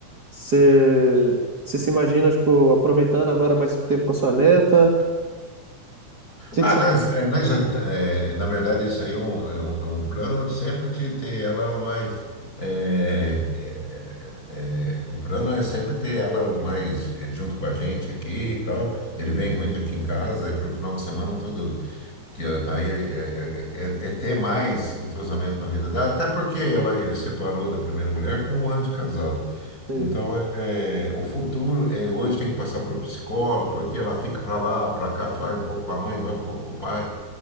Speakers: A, on the right; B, on the left.
A: você, você se imagina, tipo, aproveitando agora mais tempo com a sua neta? O que
B: Ah,
A: que você...
B: nós, é, nós já, tá- é, na verdade, isso aí é um, é um, é um plano sempre de ter ela mais. é, é, é, o plano é sempre ter ela mais eh, junto com a gente aqui e tal. Ele vem muito aqui em casa, daí pro final de semana todo que ela tá aí, é, é, é- é ter mais entrosamento na vida dela, até porque ela, ele separou da primeira mulher com um ano de casado.
A: Sim.
B: Então, é, o futuro é hoje tem que passar por psicólogo, porque ela fica para lá, para cá, vai um pouco com a mãe, vai um pouco com o pai.